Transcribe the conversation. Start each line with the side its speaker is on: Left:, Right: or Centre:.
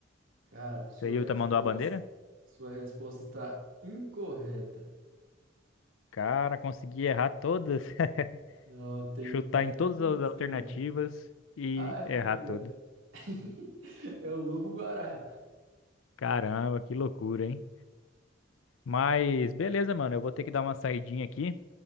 Right: Cara, sua
Left: Seria
Right: resposta,
Left: o tamanduá bandeira?
Right: sua resposta está incorreta.
Left: Cara, consegui errar todas. <laughs>
Right: Não, tem,
Left: Chutar
Right: tá
Left: em
Right: entre
Left: todas
Right: duas
Left: as alternativas
Right: ainda.
Left: e
Right: Ah, é
Left: errar
Right: verdade.
Left: todas.
Right: <laughs> É o lobo guará.
Left: Caramba, que loucura, hein? Mas beleza, mano. Eu vou ter que dar uma saidinha aqui